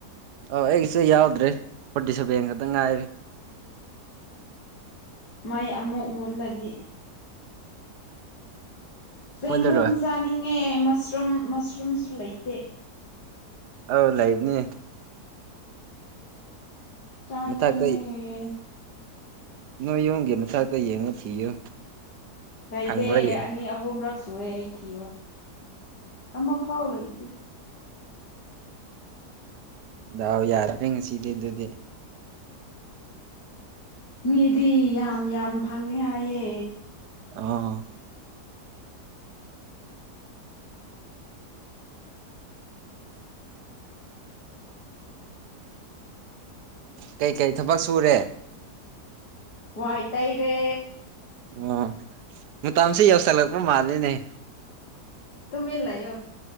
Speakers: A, on the right; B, on the left.
A: ꯑ ꯑꯩꯒꯤꯁꯨ ꯌꯥꯎꯗ꯭ꯔꯦ ꯐꯣꯔꯇꯤ ꯁꯦꯚꯦꯟ ꯈꯛꯇ ꯉꯥꯏꯔꯦ
B: ꯃꯥꯏ ꯑꯃꯨꯛ ꯃꯨꯜꯂꯗꯤ ꯁꯒꯨꯝ
A: ꯃꯨꯠꯂꯔꯣꯏ
B: ꯆꯥꯅꯤꯡꯉꯦꯁ ꯃꯁꯔꯨꯝ ꯃꯁꯔꯨꯝꯁꯨ ꯂꯩꯇꯦ
A: ꯑꯥꯎ ꯂꯩ ꯂꯩꯕꯅꯤ
B: ꯆꯥꯅꯤ
A: ꯃꯊꯛꯇ ꯅꯣꯏ ꯌꯨꯝꯒꯤ ꯃꯊꯛꯇ ꯌꯦꯡꯉꯨ ꯊꯤꯌꯨ
B: ꯂꯩꯇꯦ
A: ꯐꯪꯕ꯭ꯔꯥ ꯌꯦꯡꯉꯣ
B: ꯑꯅꯤ ꯑꯍꯨꯝꯔꯛ ꯇꯨꯔꯦ ꯊꯤꯕ ꯑꯃ ꯐꯥꯎ ꯂꯩ ꯏꯇꯦ
A: ꯗꯥꯑꯣ ꯌꯥꯔ꯭ꯔꯦ ꯉꯁꯤꯗꯤ ꯑꯗꯨꯗꯤ
B: ꯃꯤꯗꯤ ꯌꯥꯝ ꯌꯥꯝ ꯐꯪꯉꯦ ꯍꯥꯏꯌꯦ
A: ꯑꯥ ꯀꯩ ꯀꯩ ꯊꯕꯛ ꯁꯨꯔꯦ
B: ꯋꯥꯏ ꯇꯩꯔꯦ
A: ꯑꯣ ꯃꯇꯝꯁꯤ ꯌꯧꯁꯜꯂꯛꯄ ꯃꯥꯜꯂꯤꯅꯦ
B: ꯇꯨꯃꯤꯟ ꯂꯩꯌꯣ